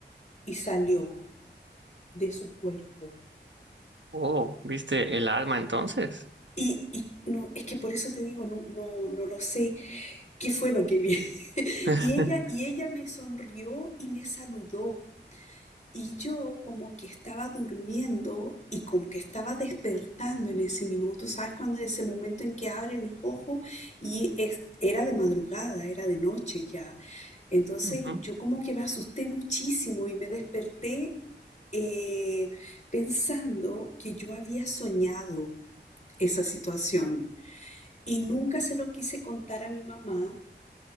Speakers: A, on the left; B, on the right.
A: y salió de su cuerpo.
B: Oh, ¿viste el alma entonces?
A: Y, y no, es que por eso te digo, no, no, no lo sé qué fue lo que vi. <laughs>
B: <laughs>
A: Y ella, y ella me sonrió y me saludó. Y yo como que estaba durmiendo y como que estaba despertando en ese minuto, ¿sabes? Cuando ese momento en que abre los ojos y es- era de madrugada, era de noche ya. Entonces
B: Wow,
A: yo como que me asusté muchísimo y me desperté eh, pensando que yo había soñado esa situación. Y nunca se lo quise contar a mi mamá